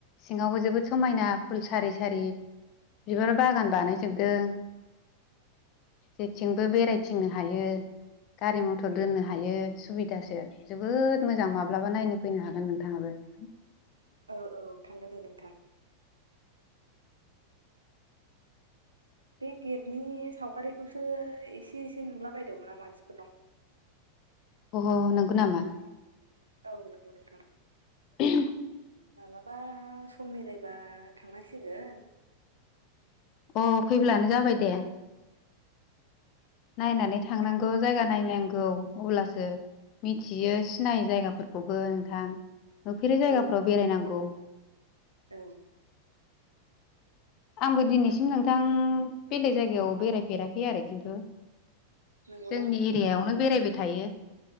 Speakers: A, on the left; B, on the right.
A: सिङावबो जोबोद समायना फुल सारि सारि बिबार बागान बानायजोबदों। जेथिंबो बेरायथिंनो हायो। गारि मथर दोननो हायो सुबिदासो जोबोद मोजां माब्लाबा नायनो फैनो हागोन नोंथाङाबो। <inaudible>
B: औ औ थांगोन दे नोंथां। बे गेटनि सावगारिखौसो एसे एसे नुलाबायदोंमोन आं मानसिफोरनाव
A: अह नंगौ नामा?
B: औ नंगौ नोंथां।
A: <inaudible>
B: मालाबा सम मिलायबा थांनांसिगोन।
A: अ फैब्लानो जाबाय दे। नायनानै थांनांगौ
B: नोंथां
A: जायगा नायनांग गौ अब्लासो मिथियो सिनायो जायगाफोरखौबो नोंथां। नुफेरै जायगाफोराव
B: औ औ नोंथां
A: बेरायनांगौ।
B: औ
A: आंबो दिनैसिम नोंथां बेलेग जायगायाव बेरायफेराखै आरो खिन्थु।
B: नंगौना
A: जोंनि
B: नोंथां
A: एरियायावनो बेरायबाय थायो।